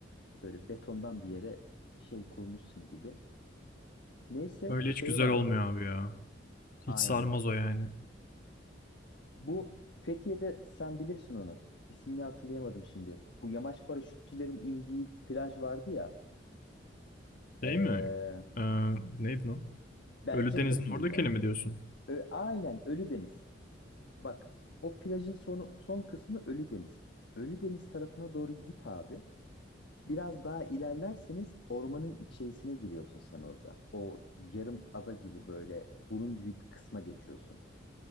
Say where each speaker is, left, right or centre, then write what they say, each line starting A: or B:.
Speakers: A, on the left (about 65°); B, on the left (about 50°).
A: Böyle betondan bir yere şey kurmuşsun gibi. Neyse
B: Öyle
A: şey
B: hiç güzel
A: vardı.
B: olmuyor abi ya.
A: Aynen.
B: Hiç sarmaz o yani.
A: Bu Fethiye'de sen bilirsin onu. İsmini hatırlayamadım şimdi. Bu yamaç paraşütçülerin indiği plaj vardı ya. Ee,
B: Şey mi? Ee, neydi lan?
A: Belce
B: Ölüdeniz'in
A: kısmıydı.
B: oradakini mi diyorsun?
A: Ö- aynen Ölüdeniz. Bak o plajın sonu, son kısmı Ölüdeniz. Ölüdeniz tarafına doğru git abi. Biraz daha ilerlerseniz ormanın içerisine giriyorsun sen orada. O yarım ada gibi böyle bunun gibi bir kısma geçiyorsun.